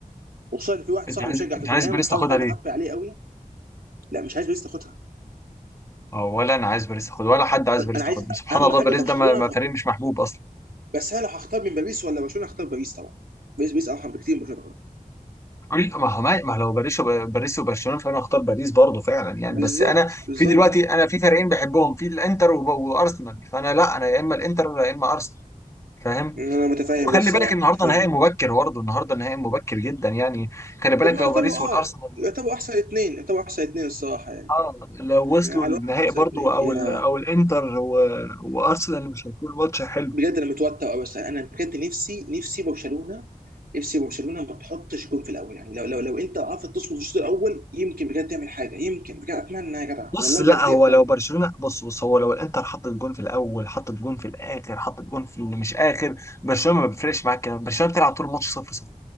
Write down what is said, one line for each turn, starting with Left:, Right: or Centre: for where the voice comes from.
Right: وخصوصا إن في واحد
Left: انت
Right: صاحبي
Left: عايز
Right: بيشجع
Left: انت
Right: توتنهام
Left: عايز باريس
Right: هحاول
Left: تاخدها
Right: هحاول
Left: ليه؟
Right: احط عليه قوي لا مش عايز باريس تاخدها
Left: آه، ولا انا عايز باريس تاخدها ولا حد عايز
Right: انا
Left: باريس
Right: أنا
Left: تاخدها
Right: عايز
Left: سبحان
Right: اهم
Left: الله
Right: حاجه
Left: باريس
Right: برشلونه
Left: ده ما ما
Right: تاخد-
Left: فريق مش محبوب اصلا
Right: بس انا لو هختار من باريس ولا برشلونه هختار باريس طبعا باريس باريس ارحم بكتير من برشلونه تاخدها
Left: لا، ما هو ما ما لو باريس وب- باريس وبرشلونه فانا اختار باريس برضه فعلا يعني
Right: بالظبط
Left: بس انا
Right: بالظبط
Left: في دلوقتي انا في فريقين بحبهم في الانتر وب- وارسنال فانا لا انا يا اما الانتر يا اما ارسنال فاهم
Right: انا متفاهم
Left: وخلي
Right: ده الصراحه
Left: بالك النهارده
Right: متفاهم
Left: نهائي مبكر برضه النهارده نهائي مبكر جدا يعني خلي بالك
Right: هم يعتبروا
Left: لو باريس والارسنال
Right: اه يعتبروا احسن اثنين يعتبروا احسن اثنين الصراحه يعني
Left: اه لو
Right: يعني
Left: وصلوا
Right: على الواقع
Left: للنهائي
Right: احسن
Left: برضه
Right: اثنين
Left: او
Right: يعني
Left: ال او الانتر و- وارسنال مش هيكون ماتش حلو
Right: بجد انا متوتر قوي بس انا بجد نفسي نفسي برشلونه نفسي برشلونه ما تحطش جون في الاول يعني لو لو لو انت عرفت تصمد الشوط الاول يمكن بجد تعمل حاجه يمكن بجد اتمنى يا جدع
Left: بص
Right: والله
Left: لا
Right: بجد
Left: هو
Right: اتمنى
Left: لو برشلونة بص بص هو لو الانتر حطت جون في الاول حطت جون في الاخر حطت جون في اللي مش اخر برشلونة ما بيفرقش معاك كده برشلونة بتلعب طول الماتش صفر صفر